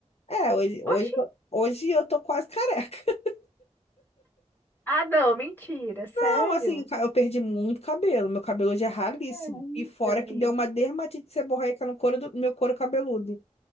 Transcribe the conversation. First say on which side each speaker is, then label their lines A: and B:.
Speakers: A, on the left; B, on the left.
A: É, hoje, hoje,
B: Oxi.
A: eu tô- hoje eu tô quase careca. <laughs>
B: Ah, não, mentira, sério?
A: Não, assim, ca- eu perdi muito cabelo. Meu cabelo hoje é ralíssimo.
B: Eita,
A: E fora
B: amiga.
A: que deu uma dermatite seborreica no couro do meu couro cabeludo.